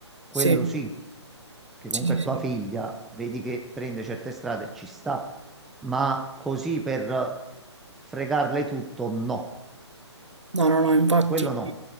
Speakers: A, in the centre; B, on the right.
A: quello
B: Sì,
A: sì, che
B: sì,
A: comunque
B: sì,
A: è tua
B: sì.
A: figlia, vedi che prende certe strade, ci sta, ma così per fregarle tutto, no,
B: No, no, no, infatti
A: quello no.